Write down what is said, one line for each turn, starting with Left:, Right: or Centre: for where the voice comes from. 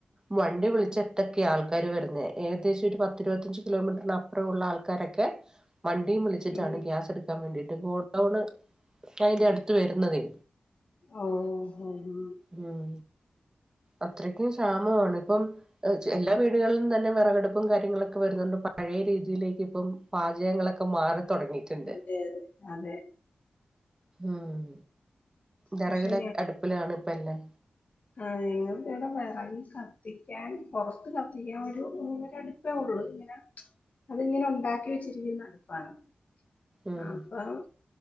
Right: വണ്ടി വിളിച്ചട്ട്ക്കേ ആൾക്കാര് വരുന്നേ ഏകദേശം ഒരു പത്ത് ഇരുപത്തഞ്ച് കിലോമീറ്റർ അ പ്പുറള്ള ആൾക്കാരൊക്കെ വണ്ടിയും വിളിച്ചിട്ടാണ്
Left: ഉം
Right: ഗ്യാസ് എടുക്കാൻ വേണ്ടിയിട്ട് ഗോഡൗണ് അയിന്റെ അടുത്ത് വരുന്നതേ
Left: ഓഹ് ഓഹ്
Right: ഉം അത്രക്കും ക്ഷാമമാണ് ഇപ്പം ഹ് ചെ എല്ലാ വീടുകളിലും തന്നെ വെറകടുപ്പും കാര്യങ്ങളൊക്കെ വരുന്നുണ്ട് പഴയ രീതിയിലേക്ക് ഇപ്പം പാചകങ്ങളക്കെ മാറി തുടങ്ങിയിട്ടുണ്ട്
Left: അതെ അതെ അതെ
Right: ഉം ദറകിലേ
Left: പക്ഷെ
Right: അടുപ്പിലാണ് ഇപ്പ എല്ലാം.
Left: <unintelligible> വെറക് കത്തിക്കാൻ പുറത്ത് കത്തിക്കാൻ ഒരു ഒര അട് പ്പേ ഉള്ള് ഇങ്ങനെ അതിങ്ങനെ ഉണ്ടാക്കി വെച്ചിരിക്കുന്ന അടുപ്പാണ്.
Right: ഉം
Left: ആ അപ്പം